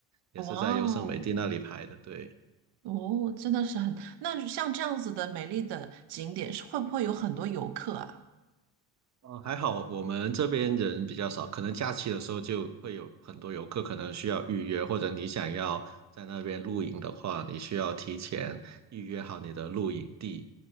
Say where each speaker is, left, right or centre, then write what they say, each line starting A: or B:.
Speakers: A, on the right; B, on the right.
A: 也是在优胜美地那里拍的，
B: 哇哦！
A: 对。
B: 哦，真的是很，那像这样子的美丽的景点，是会不会有很多游客啊？
A: 嗯，还好我们这边人比较少，可能假期的时候就会有很多游客可能需要预约，或者你想要在那边露营的话，你需要提前预约好你的露营地，